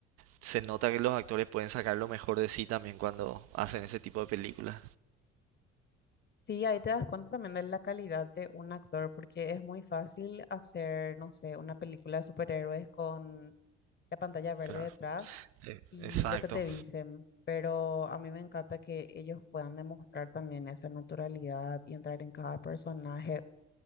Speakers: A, on the right; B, on the left.
A: se nota que los actores pueden sacar lo mejor de sí también cuando hacen ese tipo de películas.
B: Sí, ahí te das cuenta también de la calidad de un actor, porque es muy fácil hacer, no sé, una película de superhéroes con la pantalla verde
A: Claro.
B: detrás
A: Eh,
B: y
A: Exacto.
B: lo que te dicen, pero a mí me encanta que ellos puedan demostrar también esa naturalidad y entrar en cada personaje.